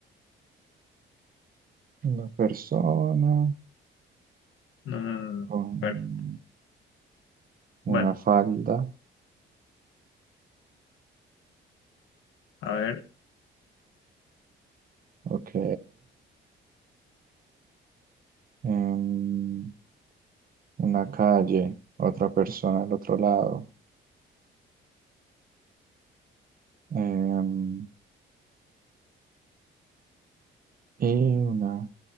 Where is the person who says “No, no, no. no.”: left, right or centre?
Left